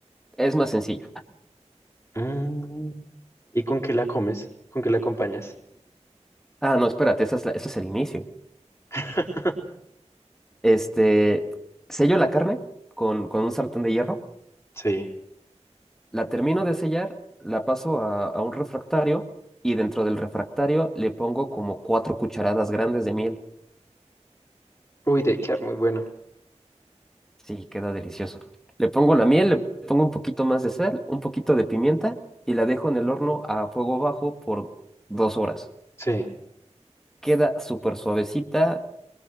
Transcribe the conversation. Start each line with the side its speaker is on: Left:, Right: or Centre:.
Centre: es más sencillo.
Left: Mm, ¿Y con qué la comes? ¿Con qué la acompañas?
Centre: Ah, no, espérate, esa es la- ese es el inicio.
Left: <laughs>
Centre: Este, sello la carne con, con un sartén de hierro,
Left: Sí.
Centre: la termino de sellar, la paso a, a un refractario y dentro del refractario le pongo como cuatro cucharadas grandes de miel.
Left: Uy, debe quedar muy bueno.
Centre: Sí, queda delicioso. Le pongo la miel, le pongo un poquito más de sal, un poquito de pimienta y la dejo en el horno a fuego bajo por dos horas.
Left: Sí.
Centre: Queda súper suavecita,